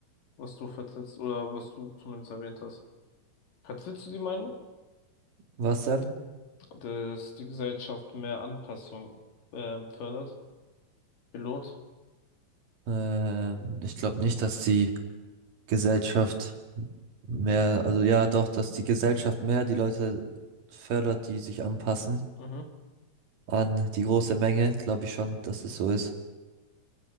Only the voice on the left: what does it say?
was du vertrittst oder was du zumindest erwähnt hast. Vertrittst du die Meinung,
dass die Gesellschaft mehr Anpassung ähm, fördert, belohnt?
Mhm.